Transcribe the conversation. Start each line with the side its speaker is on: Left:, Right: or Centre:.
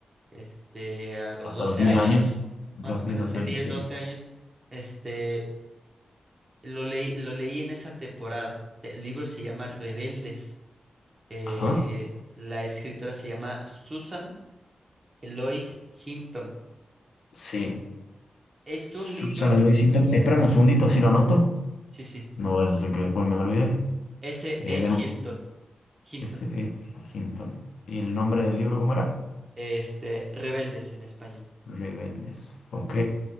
Right: este, a los
Left: Hasta
Right: doce
Left: los 10
Right: años,
Left: años.
Right: más
Left: Los
Right: o
Left: diez
Right: menos
Left: 12
Right: sí,
Left: años,
Right: 10
Left: sí.
Right: 12 años. Este, lo leí, lo leí en esa temporada. Se- El libro se llama Rebeldes. Eh,
Left: Ajá,
Right: la escritora se llama Susan Eloise Hinton.
Left: sí.
Right: Es
Left: Susana
Right: un libro,
Left: Loisington. Esperame un segundito, así lo anoto.
Right: sí, sí,
Left: No, vaya a ese que después me olvidé.
Right: S
Left: Eh,
Right: E
Left: de nuevo,
Right: Hilton, Hinton.
Left: S.E. Hinton. ¿Y el nombre del libro cómo era?
Right: Este, Rebeldes en español.
Left: Rebeldes. Ok.